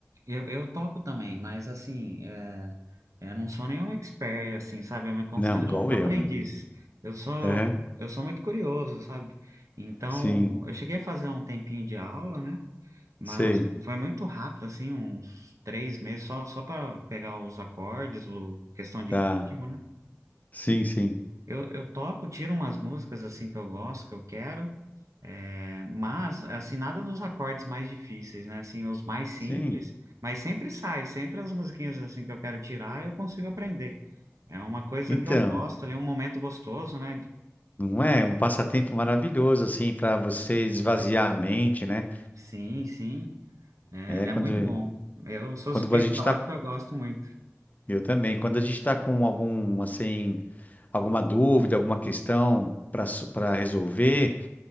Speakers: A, on the right (about 90°); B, on the left (about 30°).
A: Eu, eu toco também, mas assim, é, eu não sou nenhum expert, assim, sabe? Eu me considero
B: Não, igual
A: um aprendiz.
B: eu, né? menino?
A: Eu sou,
B: Aham,
A: eu sou muito curioso, sabe? Então,
B: Sim,
A: eu cheguei a fazer um tempinho de aula, né? Mas
B: sei,
A: foi muito rápido, assim, uns três meses, só, só para pegar os acordes, o questão de
B: tá.
A: ritmo, né?
B: Sim, sim,
A: Eu, eu toco, tiro umas músicas, assim, que eu gosto, que eu quero, é, mas, assim, nada dos acordes mais difíceis, né? Assim, os mais simples,
B: sim.
A: mas sempre sai, sempre as musiquinhas, assim, que eu quero tirar, eu consigo aprender. É uma coisa
B: Então,
A: que eu gosto ali, é um momento gostoso, né?
B: não é um passatempo maravilhoso, assim, para você esvaziar a mente, né?
A: Sim, sim, é,
B: É quando,
A: é muito bom. Eu sou
B: quando
A: suspeito
B: a gente
A: de falar
B: tá,
A: porque eu gosto muito.
B: eu também, quando a gente tá com algum, assim alguma dúvida, alguma questão para para resolver,